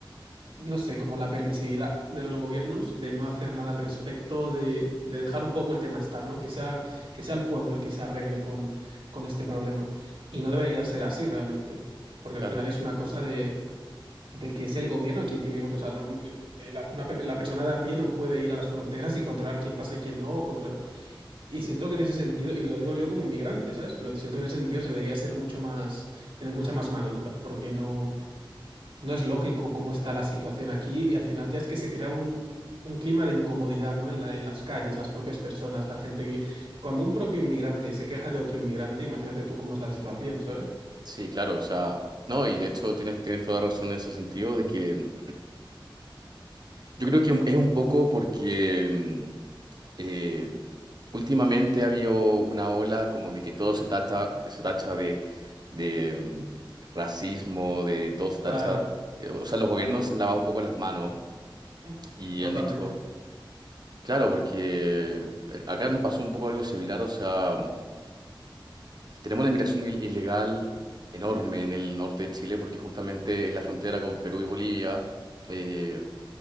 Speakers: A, on the right; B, on the right.
A: no sé, como la permisividad de los gobiernos de no hacer nada al respecto, de, de dejar un poco el tema estar, ¿no? Que sea, que sea el pueblo el que se arregle con, con este problema. Y no debería ser así realmente, porque
B: claro.
A: al final es una cosa de, de que es el gobierno quien tiene que controlar. O sea, no, eh, la, una per- la persona de a pie no puede ir a las fronteras y controlar quién pasa y quién no, o controlar y siento que en ese sentido,
B: Bastante.
A: y lo digo yo como inmigrante, ¿sabes? Pero siento que en ese sentido se debería ser mucho más, tener mucha más mano dura, porque no, no es lógico cómo está la situación aquí y al final ya es que se crea un, un clima de incomodidad, ¿no? En la, en las calles, las propias personas, la gente que... vive- Cuando un propio inmigrante se queja de otro inmigrante, imagínate tú cómo es la situación, ¿sabes?
B: Sí, claro, o sea, no, y de hecho tienes, tienes toda razón en ese sentido de que Yo creo que es un poco porque mm, eh, últimamente ha habido una ola como de que todo se tacha, se tacha de, de, mm, racismo, de todo se
A: Claro,
B: tacha, eh, o sea, los gobiernos
A: claro.
B: se han lavado un poco las manos
A: Mm,
B: y
A: Totalmente.
B: han dicho, claro, porque eh, acá nos pasó un poco algo similar, o sea, mm, tenemos una inmigración il- ilegal enorme en el norte de Chile porque justamente es la frontera con Perú y Bolivia. eh,